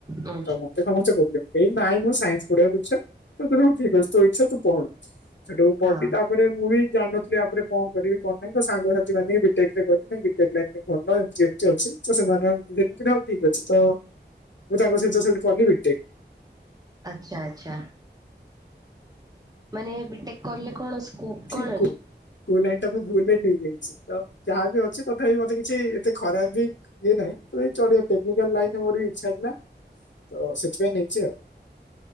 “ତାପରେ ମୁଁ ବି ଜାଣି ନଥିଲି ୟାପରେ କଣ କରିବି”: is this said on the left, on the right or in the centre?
Left